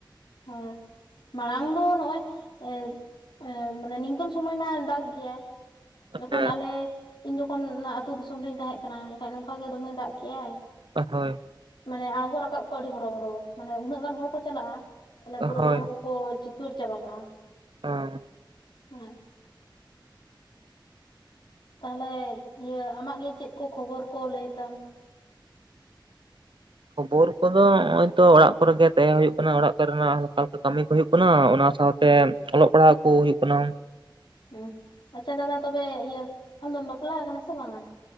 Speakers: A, on the left (about 65°); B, on the right (about 75°).
A: ᱦᱳᱭ ᱢᱟᱲᱟᱝ ᱫᱚ ᱱᱚᱜᱼᱚᱭ ᱮ ᱮ ᱢᱟᱱᱮ ᱱᱤᱝᱠᱚᱱ ᱥᱚᱢᱚᱭ ᱢᱟ ᱫᱟᱜ ᱜᱮᱭᱟᱭ᱾ ᱡᱚᱠᱷᱚᱱ
B: ᱦᱮᱸ
A: ᱟᱞᱮ ᱤᱧ ᱡᱚᱠᱷᱚᱱ ᱚᱱᱟ ᱟᱹᱛᱩ ᱫᱤᱥᱚᱢ ᱨᱤᱧ ᱛᱟᱦᱮᱸ ᱠᱟᱱᱟ ᱮᱠᱷᱟᱡ ᱱᱚᱝᱠᱟ ᱜᱮ ᱫᱚᱢᱮ ᱫᱟᱜ ᱠᱮᱜᱼᱟᱭ᱾
B: ᱦᱳᱭ
A: ᱢᱟᱱᱮ ᱟᱬᱜᱚ ᱨᱟᱠᱟᱵ ᱠᱚ ᱟᱹᱰᱤ ᱦᱚᱨᱚᱵᱚᱨᱚ ᱢᱟᱱᱮ ᱩᱱᱟᱹᱜ ᱜᱟᱱ ᱦᱚᱲ ᱠᱚ ᱪᱟᱞᱟᱜᱼᱟ ᱛᱟᱦᱞᱮ ᱯᱩᱨᱟᱹ
B: ᱦᱳᱭ
A: ᱦᱚᱨ ᱠᱚᱠᱚ ᱪᱤᱠᱟᱹᱲ ᱪᱟᱵᱟ ᱠᱟᱜᱼᱟ
B: <inaudible>
A: ᱦᱳᱭ ᱛᱟᱦᱚᱞᱮ ᱤᱭᱟᱹ ᱟᱢᱟᱜ ᱜᱮ ᱪᱮᱫ ᱠᱚ ᱠᱷᱚᱵᱚᱨ ᱠᱚ ᱞᱟᱹᱭ ᱛᱟᱢ
B: ᱠᱷᱚᱵᱳᱚᱨ ᱠᱚᱫᱚ ᱱᱚᱜ ᱚᱭ ᱛᱚ ᱚᱲᱟᱜ ᱠᱚᱨᱮ ᱜᱮ ᱛᱟᱦᱮᱸ ᱦᱩᱭᱩᱜ ᱠᱟᱱᱟ ᱚᱲᱟᱜ ᱠᱚᱨᱮᱱᱟᱜ ᱠᱟᱹᱢᱤ ᱠᱚ ᱦᱩᱭᱩᱜ ᱠᱟᱱᱟ ᱚᱱᱟ ᱥᱟᱶᱛᱮ ᱛᱮ ᱚᱞᱚᱜ ᱯᱟᱲᱦᱟᱣ ᱠᱚ ᱦᱩᱭᱩᱜ ᱠᱟᱱᱟ
A: ᱦᱸ ᱟᱪᱪᱷᱟ ᱫᱟᱫᱟ ᱛᱚᱵᱮ ᱤᱭᱟᱹ ᱟᱢ ᱫᱚᱢ ᱵᱟᱯᱞᱟ ᱟᱠᱟᱱᱟ ᱥᱮ ᱵᱟᱝ-ᱟ